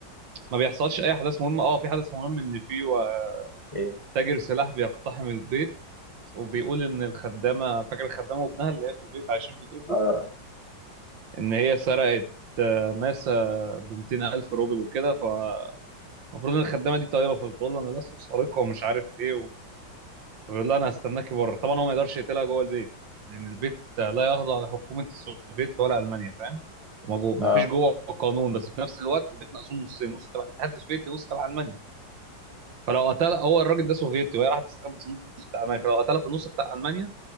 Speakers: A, on the right; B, on the left.
A: ما بيحصلش اي احداث مهمه اه في حدث مهم ان في و-
B: إيه
A: تاجر سلاح بيقتحم البيت وبيقول ان الخدامه فاكر الخدامه وابنها اللي هي في البيت عايشين في البيت دول
B: آه
A: ان هي سرقت آه، ماسه ب 200 الف روبل وكده فالمفروض ان الخدامه دي طيبه فبتقول له انا لست سارقه ومش عارف ايه فبيقول لها انا هستناكي بره طبعا هو ما يقدرش يقتلها جوه البيت لان البيت لا يخضع لحكومه السوفيت ولا المانيا فاهم ما
B: آه
A: فيش جوه قانون بس في نفس الوقت البيت مقسوم نصين نص تبع الاتحاد السوفيتي نص تبع المانيا فلو قتلها هو الراجل ده سوفيتي وهي راحت استخبت في النص بتاع المانيا فلو قتلها في النص بتاع المانيا